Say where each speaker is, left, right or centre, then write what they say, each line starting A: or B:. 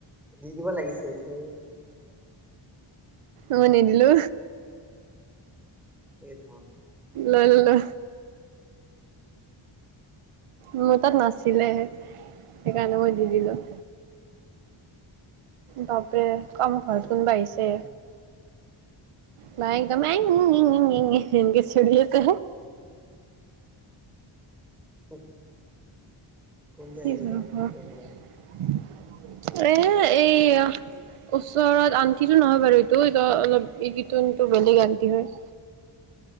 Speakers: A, in the centre; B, on the right (about 90°).
A: দি দিব লাগিছিল সেই।
B: মই নিদিলো।
A: এ ৰাম।
B: লৈ ল'লো। মোৰ তাত নাছিলে, সেইকাৰণে মই দি দিলো। বাপৰে, অ' মোৰ ঘৰত
A: এ
B: কোনোবা আহিছে।
A: কোনো
B: মায়ে একদম আই ইং-ইং-ইং-ইং এনেকে চিয়ঁৰি আছে।
A: <unintelligible> কোন যে
B: কি
A: আহি
B: আছিলেনো
A: থাকে
B: ঘৰত?
A: তোৰ ঘৰত
B: এ এইয়া ওচৰত আণ্টিটো নহয় বাৰু এইটো অলপ এডিতন্টো বেলেগ আণ্টি হয়।